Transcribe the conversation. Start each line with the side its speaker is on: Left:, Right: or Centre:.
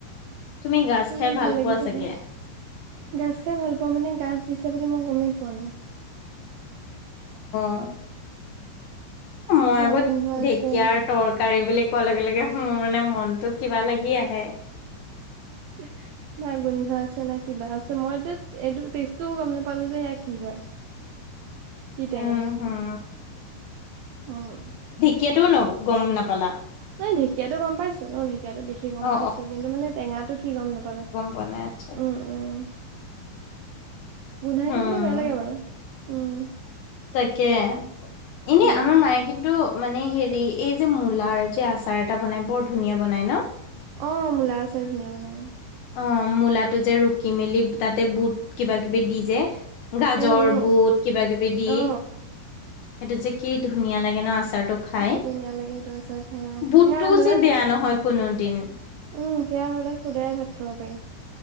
Left: তুমি গাজ
Right: ইমান
Left: খাই
Right: ভাল লাগিছে
Left: পোৱা চাগে?
Right: খাই গাজ খাই ভাল পাওঁ মানে গাজ দিছে বুলি মই গমেই পোৱা নাই।
Left: অ, মই
Right: না
Left: আগত
Right: গোন্ধ আছে
Left: ঢেকীয়াৰ তৰকা তৰকাৰী বুলি কোৱাৰ লগে- লগে মোৰ মানে মনটো কিবা লাগি আহে।
Right: <unintelligible> না গোন্ধ আছে না কিবা আছে মইটোত এইটো টেষ্টটোও গম নাপালোঁ যে এইয়া কি হয়? কি টেঙা?
Left: উম হুম
Right: উম,
Left: কেতুওঁ ন' গম নাপালা?
Right: <unintelligible> ঢেকীয়াতো গম পাইছোঁ ন'ঢেকীয়াতো দেখি গম
Left: অ
Right: পাইছোঁ কিন্তু মানে টেঙাটো কি গম নাপালো।
Left: বনাই আচে।
Right: উম-উম। গোন্ধাই
Left: হম
Right: থাকিলে বেয়া লাগে বাৰু উম,
Left: তাকে এনে
Right: উম
Left: আমাৰ মায়ে কিন্তু মানে হেৰি এই যে মূলাৰ যে আচাৰ এটা বনাই বৰ ধুনীয়া বনাই ন'?
Right: অ, মূলা আচাৰ ধুনীয়া বনাই।
Left: অ, মূলাটো যে ৰুকি মেলি তাতে বুট কিবা- কিবি দি যে।
Right: উম
Left: গাজৰ
Right: উম
Left: বুট কিবা কিবি দি
Right: অ
Left: সেইটো যে কি ধুনীয়া লাগে ন' আচা তাৰটো খাই
Right: কি ধুনীয়া লাগে সেইটো আচাৰ খাই অ
Left: বুটটো
Right: সেয়া হ'লেও
Left: যে বেয়া নহয় কোনোদিন।
Right: উম, সেয়া হলে সুদায়ে ভাত খাব পাৰি।